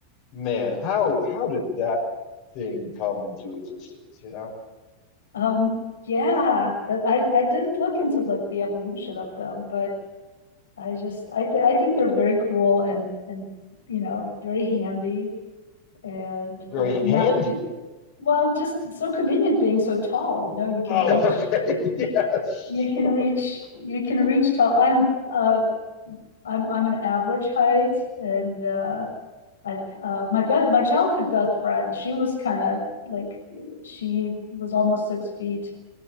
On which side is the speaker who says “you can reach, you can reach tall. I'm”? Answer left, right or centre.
Left